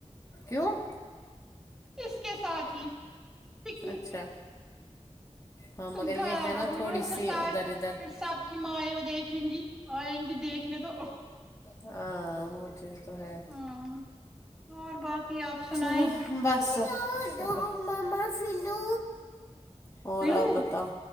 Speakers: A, on the left; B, in the centre.
A: کیوں
B: اس کے ساتھ ہی پکنک
A: اچھا ہاں
B: تم
A: مگر یہ
B: کا خیال
A: ہے نا
B: رکھو
A: تھوڑی
B: گ ب پھر
A: سی
B: سار
A: ادھر ادھر
B: پھر سب کی ماںیں وہ دیکھیں گی آئیں گی دیکھنے تو ایک
A: ہاں وہ چیز تو ہے
B: ہاں اور باقی آپ سنائیں
A: چلو بس ڈ مما فلو <unintelligible> اور
B: فلو
A: آپ بتاؤ